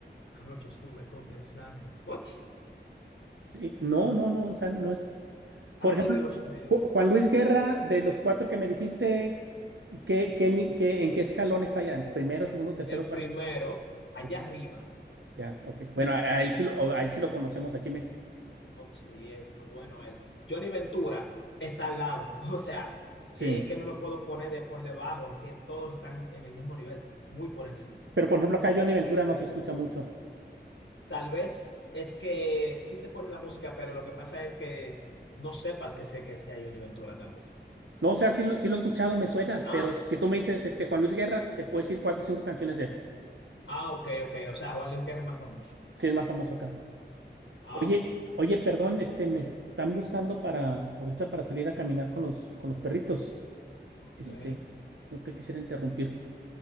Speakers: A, on the left (about 80°); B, on the right (about 85°).
A: Anoche estuve conversando. ¡Och!
B: Sí, no, no, no, o sea, no es.
A: Ay,
B: Por ejemplo,
A: Dios mío.
B: Ju- Juan Luis Guerra, de los cuatro que me dijiste, ¿qué, qué ni- qué- en qué escalón está ya? ¿En primero, segundo, tercero,
A: El primero,
B: cuarto?
A: allá
B: Primero.
A: arriba.
B: Ya, ok. Bueno, a, a él sí lo, a él sí lo conocemos aquí en México.
A: Oh, sí, es muy bueno él. Johnny Ventura está al lado. <laughs> O sea,
B: Sí.
A: que, que no lo puedo poner de por debajo, es que todos están en el mismo nivel, muy por encima.
B: Pero por ejemplo, acá Johnny Ventura no se escucha mucho.
A: Tal vez es que sí se pone la música, pero lo que pasa es que no sepas que sé que sea Johnny Ventura, tal vez.
B: No, o sea, sí, lo sí lo he escuchado, me suena,
A: Ah.
B: pero si tú me dices este Juan Luis Guerra, te puedo decir cuatro o cinco canciones de él.
A: Ah, ok, ok. O sea, Juan Luis Guerra es más famoso.
B: Sí, es más famoso acá.
A: Ah,
B: Oye,
A: bueno.
B: oye, perdón, este, me están buscando para ahorita para salir a caminar con los, con los perritos.
A: Ok.
B: Este, no te quisiera interrumpir.